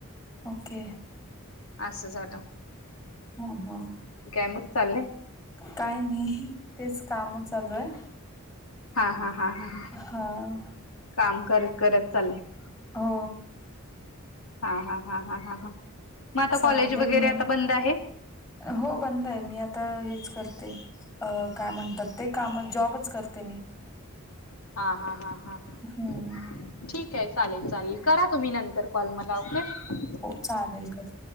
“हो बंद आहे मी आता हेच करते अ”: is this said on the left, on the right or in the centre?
Left